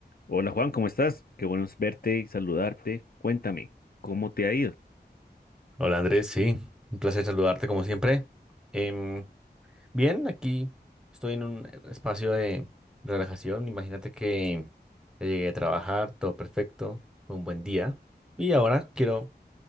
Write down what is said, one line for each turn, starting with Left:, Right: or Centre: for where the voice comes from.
Left: Hola Juan, ¿cómo estás? Qué bueno es verte y saludarte. Cuéntame, ¿cómo te ha ido?
Centre: Hola Andrés, sí, un placer saludarte como siempre. Em, bien, aquí estoy en un espacio de relajación. Imagínate que ya llegué a trabajar, todo perfecto, fue un buen día. Y ahora quiero